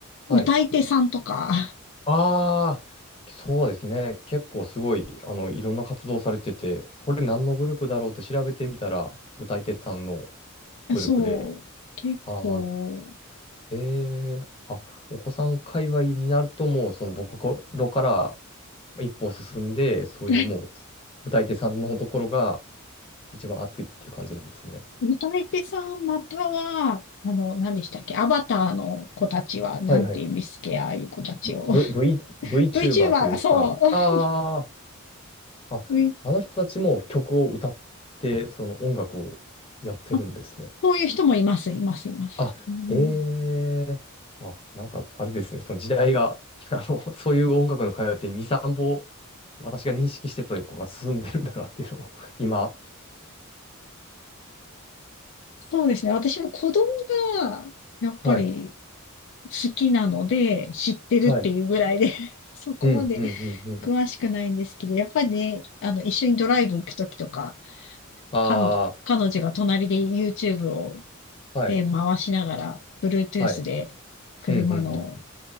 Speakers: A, on the left; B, on the left.
A: はい。
B: 歌い手さんとか、
A: ああ、そうですね。結構すごい、あの、いろんな活動されてて、これ何のグループだろうって調べてみたら、歌い手さんのグループで、
B: <laughs> そう、結構、
A: ああ、ええあ、お子さん界隈になるともう、その、僕頃から一歩進んで、そういうもう、
B: <laughs>
A: 歌い手さんのところが一番熱いっていう感じなんですね。
B: 歌い手さんまたは、あの、何でしたっけアバターの子たちは、なんて言うんですっけああいう子たちを。
A: はいはい。V、V、
B: <laughs>
A: VTuber
B: VTuber
A: というか、
B: だ、そう。
A: ああ、あ、
B: V
A: あの人たちも曲を歌って、その音楽をやってるんですね。
B: あ、そういう人もいます、います、います。
A: あ、
B: うん、
A: ええあ、なんか、あれですね、その時代が、<laughs> あの、そういう音楽の会話って2、3歩、私が認識してたとこが進んでるんだなっていうのを、<laughs> 今。
B: そうですね。私も子供が、やっぱり
A: はい。
B: 好きなので、知ってるっていうぐらいで
A: はい。
B: <laughs> そこまで
A: うん、うん、うん、うん。
B: 詳しくないんですけど、やっぱりね、あの、一緒にドライブ行くときとか、
A: あ
B: 彼女、彼女が隣で YouTube を
A: あ、はい、
B: で、回しながら、Bluetooth
A: はい。
B: で車の
A: うん、うん、うん。うん